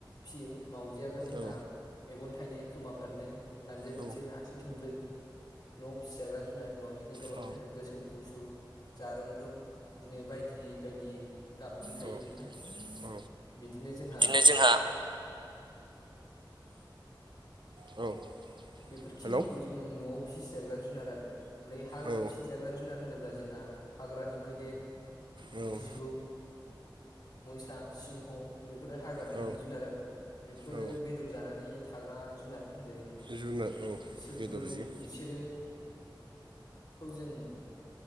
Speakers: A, on the left; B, on the right.
A: फियो मावजियाबो जोंहा
B: औ
A: मेगन थाइनै खोमाफारनै लान्जाय
B: औ
A: मोनसे आथिं थोंब्रै न' फिसिाग्रा जुनाद मावउजिनि गाबाबो
B: औ
A: जोंहा गोसोम गुफुर जारोमब्रुम बिदिनो बायदि बायदि गाबनि थायो
B: औ
A: नोंथां
B: औ
A: बिदिनो जोंहा
B: जोंहा औ
A: बेफोरखिनिखौ
B: हेलौ
A: जों न'आव फिसिजाग्रा जुनार आरो ओमफ्राय हाग्रायाव
B: औ
A: फिसिजाग्रा जुनार होनोब्ला जोंहा हाग्रानि मैदेर
B: औ
A: जिबौ मोसा सिंह बेफोरो हाग्रानि
B: औ
A: जुनार आरो बेफोरो
B: औ
A: बेदर जानानै थाग्रा जुनार होनजायो
B: जुनार औ
A: बिसोरखौ
B: बेदर जायो
A: बिसोरो खौ जों